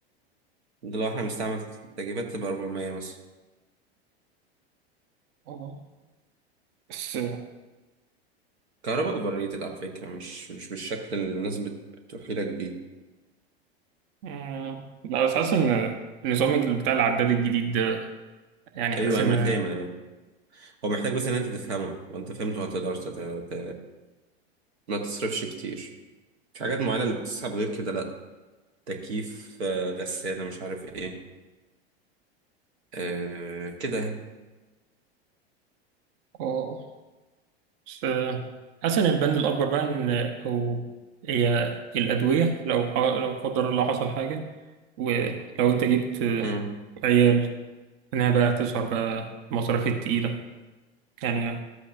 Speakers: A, on the right; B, on the right.
A: ده لو احنا بنستعمل تكييفات تبقى 400 مثلا
B: آه، بس
A: كهرباء اوفر ريتد على فكره مش مش بالشكل اللي الناس بت- بتوحي لك بيه
B: آه، لا بس حاسس إن النظام بتاع العداد الجديد ده يعني حاسس
A: ايوه ايوه
B: إن
A: انا فاهم انا فاهم هو محتاج بس ان انت تفهمه لو انت فهمته هتقدر تت... ت... ما تصرفش كتير في حاجات معينه اللي بتسحب غير كده لا تكييف آه، غساله مش عارف ايه آه كده
B: آه، بس آه، حسن البند الأكبر بقى إن لو هي الأدوية لو ح- لو قدر الله حصل حاجة ولو أنت جبت آه،
A: امم
B: عيال إنها بقى تظهر بقى المصاريف التقيلة يعني